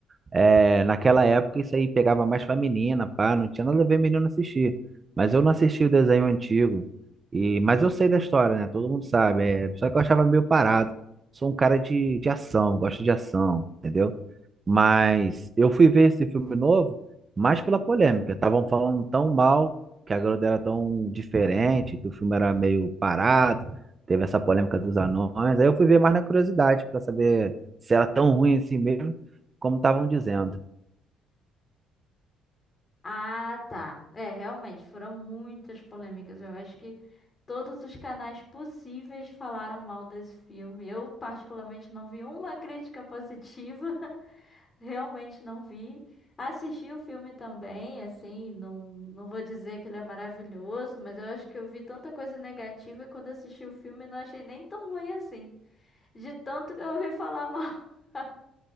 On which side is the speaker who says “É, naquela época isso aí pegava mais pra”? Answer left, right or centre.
Right